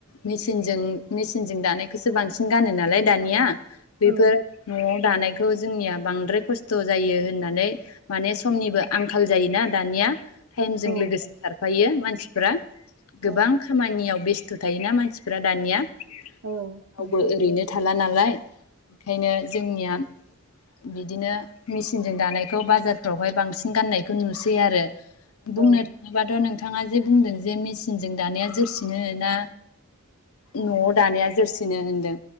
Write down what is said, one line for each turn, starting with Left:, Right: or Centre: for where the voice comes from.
Left: मेसिनजों मेसिनजों दानायखौसो बांसिन गानो नालाय दानिया बेफोर
Right: औ
Left: नआव दानाय बेखौ जोंनिया बांद्राय खस्थ जायो होननानै माने समनिबो आंखाल जायोना दानिया टाइमजों
Right: औ
Left: लोगोसे खारफायो मानसिफ्रा गोबां
Right: औ
Left: खामानियाव बेस्थ थायोना मानसिफोरा दानिया रावबो
Right: औ नंगौ
Left: ओरैनो थाला नाला नालाय ओंखायनो जोंनिया बिदिनो मेसिनजों दानायखौ बाजारफ्रावहाय बांसिन गाननायखौ नुसै आरो बुंनो
Right: औ
Left: थाङोबाथ नोंथां बिथाङा जे बुंदों जे मेसिनजों दानाया जोरसिनो ना नआव दानाया जोरसिनो होनदों